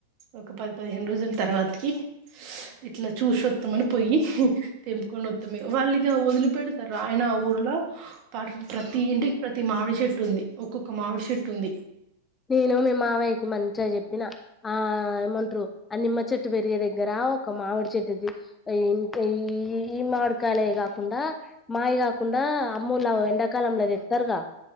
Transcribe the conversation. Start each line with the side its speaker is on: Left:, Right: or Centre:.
Right: ఒక పది పదిహేను రోజుల తర్వాతకి ఇట్లా చూసొస్తామని పోయి తెంపుకొని వత్తాం వాల్లిగా వదిలిపెడతారు ఆయన ఆ ఊర్లో పాట ప్రతి ఇంటికి ప్రతి మామిడి చెషట్టు ఉంది ఒక్కొక్క మామిడి చెషెట్టు ఉంది
Left: నేను మీ మావయ్యకి మంచిగా చెప్పిన ఆ ఏమంటారు ఆ నిమ్మ చెట్టు పెరిగే దగ్గర ఒక మామిడి చెట్టుది ఈ ఈ మామిడికాాల కాకుండా మావి కాకుండా కుండా అమ్మూలా ఎండాకాలంలోది ఇస్తారుగా